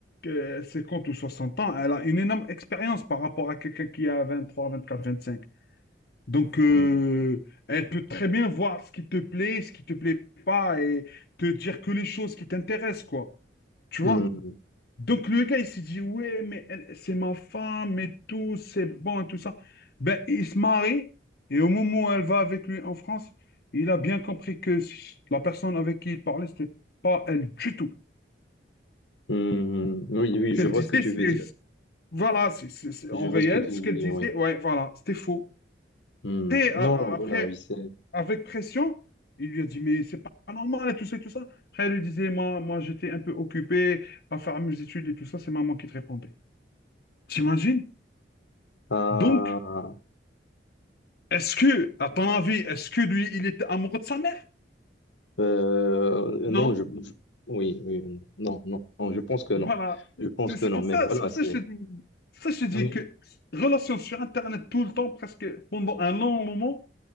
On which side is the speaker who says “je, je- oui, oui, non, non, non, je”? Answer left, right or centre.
Left